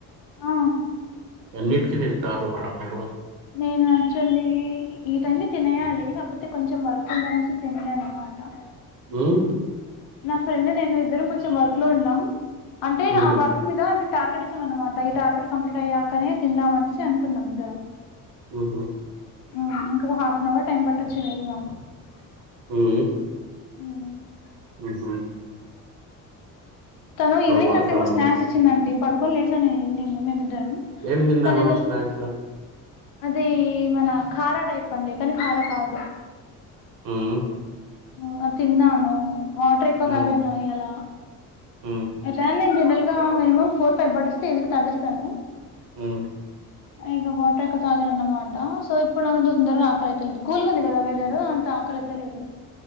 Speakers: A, on the left; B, on the right.
A: ఆ
B: అన్నిటికి తింటారు మేడంమ్ మీరూ
A: నేను యాక్చువల్లీ ఈ టైం తినేయాలి కాకపోతే కొంచెం వర్క్ ఉందనేసి తినలే అన్నమాట అట్టా
B: ఉమ్
A: నా ఫ్రెండ్ నేను ఇద్దరం కొంచెం వర్క్ లో ఉన్నాం అంటే
B: మ్హూ.
A: ఆ వర్క్ మీద అంటే టార్గెట్ ఇచ్చం అన్నమాట ఈ టార్గెట్ కంప్లీట్ అయ్యాకనే తిందామ అనేసి అనుకున్నాం ఇద్దరం
B: ఉహూ
A: ఉమ్‌ ఇంకొక హాఫ్ ఎన్ అవర్ టైం పట్టొచ్చు మేబీ మాకు
B: ఉ
A: ఉమ్
B: ఉహూ..
A: తను ఈవినింగ్
B: వర్క్
A: నాకేమో
B: లో ఉన్నారు
A: స్నాక్స్ ఇచ్చిందండి పడుకోని లేసా నేను ఈవినింగ్ మేమిద్దరం
B: ఏం తిన్నారు
A: తను
B: మేడం
A: ఏదో
B: స్నాక్స్ ల
A: అది మన ఖారా టైప్ అండి కానీ ఖార కాదు
B: హ్మ్మ్
A: హ్మ్మ్ తిన్నాను వాటర్ ఎక్కువ
B: మ్మ్.
A: తాగాను ఇయ్యలా
B: మ్మ్.
A: ఎట్లైన జనరల్ గా మినిమం ఫోర్ ఫైవ్ బాటిల్స్ ఈజీగా తాగేస్తాను
B: హ్మ్మ్
A: ఇగ వాటర్ ఎక్కవ తాగాలి అన్నమాట సో ఇప్పుడు అంత తొందరగా ఆకలయిత లేదు కూల్గుంది కదా వెదర్ అంత. ఆకలైత లేదు